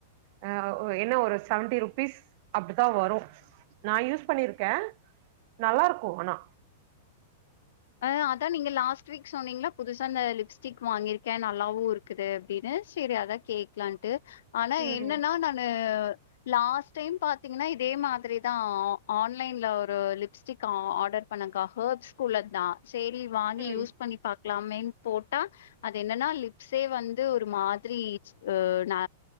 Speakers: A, on the right; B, on the left.
A: ஆ ஒ என்ன ஒரு செவன்டி ருபீஸ் அப்டித்தா வரு நா யூஸ் பண்ணிருக்க நல்லாருக்கு ஆனா
B: ஆ அதா நீங்க லாஸ்ட் வீக் சொன்னீங்ள புதுசா இந்த லிப்ஸ்டிக் வாங்கிருக்கே நல்லாவுருக்குது அப்டினு சேரி அதா கேக்லான்ட்டு ஆனா
A: ம்
B: என்னனா நானு லாஸ்ட் டைம் பாத்தீங்னா இதே மாதிரி தா ஆன்லைன்ல ஒரு லிப்ஸ்டிக் ஆ ஆர்டர் பண்ணங்கா ஹெர்ப்ஸ் குள்ள தா சரி வாங்கி
A: ம்
B: யூஸ் பண்ணி பாக் க்லாமேன் போட்டா அது என்னன்னா லிப்ஸே வந்து ஒரு மாதிரி <unintelligible> நா